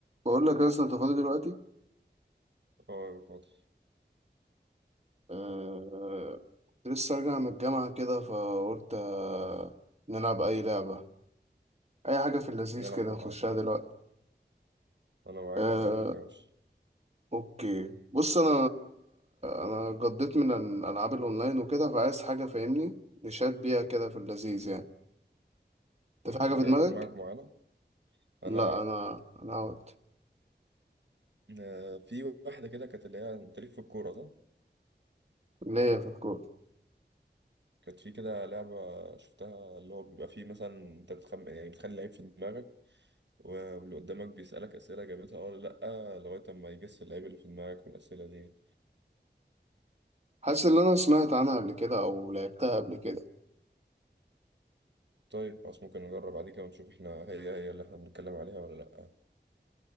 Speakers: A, on the right (about 35°); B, on the right (about 75°).
A: بقول لك لسه انت فاضي دلوقتي
B: اه يا فاضي
A: أه... كنت لسه راجع من الجامعة كده فقلت أه... نلعب أي لعبة أي حاجة في اللذيذ
B: نلعب
A: كده نخشها
B: على طبعا
A: دلوقتي
B: انا معاك
A: أه...
B: في أي حاجة مش
A: أوكي بص أنا أنا قضيت من الألعاب الأونلاين وكده فعايز حاجة فاهمني نشات بيها كده في اللذيذ يعني
B: طب
A: أنت في
B: في
A: حاجة في
B: حاجة
A: دماغك؟
B: في دماغك معينة انا
A: لا أنا أنا أوت
B: آه، في واحدة كده كانت اللي هي انت ليك في الكورة ده
A: ليا في الكورة
B: كانت في كده لعبة شفتها اللي هو بيبقى فيه مثلا انت بتخم يعني بتخلي لعيب في دماغك و- واللي قدامك بيسألك أسئلة جابتها اه ولا لأ لغاية ما يجس اللعيب اللي في دماغك والأسئلة دي
A: حاسس إن أنا سمعت عنها قبل كده أو لعبتها قبل كده
B: طيب خلاص ممكن نجرب بعد كده ونشوف احنا هي هي اللي احنا بنتكلم عليها ولا لأ